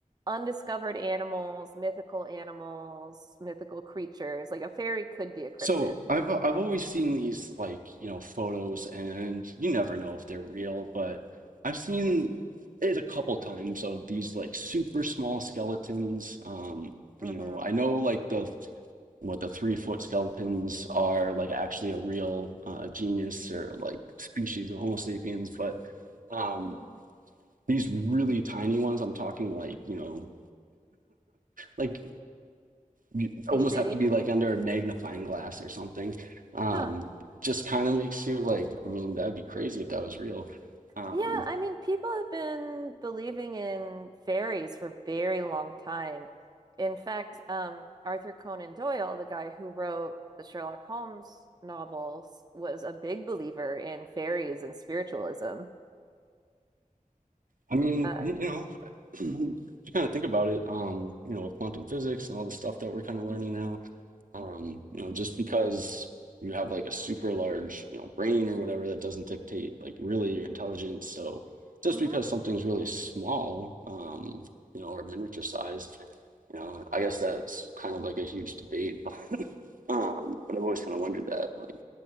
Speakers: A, on the right; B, on the right.
A: undiscovered animals, mythical animals, mythical creatures. Like a fairy could be a cryptid.
B: So I've I've always seen these like, you know, photos and you never know if they're real, but I've seen it a couple times of these like super small skeletons. Um, you
A: Mm-hmm.
B: know, I know like the what the three foot skeletons are like actually a real uh, genus or like species of Homo sapiens, but um
A: Mm-hmm.
B: these really tiny ones, I'm talking like, you know, like you almost
A: Itty bitty.
B: have to be like under a magnifying glass or something. Um,
A: Huh.
B: just kind of makes you like, I mean, that'd be crazy if that was real. Um,
A: Yeah, I mean, people have been believing in fairies for a very long time. In fact, um, Arthur Conan Doyle, the guy who wrote the Sherlock Holmes novels, was a big believer in fairies and spiritualism.
B: I mean,
A: Uh,
B: y- you know, <clears throat> if you kind of think about it, um, you know, with quantum physics and all the stuff that we're kind of
A: Mhm.
B: learning now, um, you know, just because you have like a super large, you know, brain or whatever, that doesn't dictate like really your intelligence. So just
A: mhm.
B: because something's really small, um, you know, or miniature sized, you know, I guess that's kind of like a huge debate, <laughs> Um, but I've always kind of wondered that, like,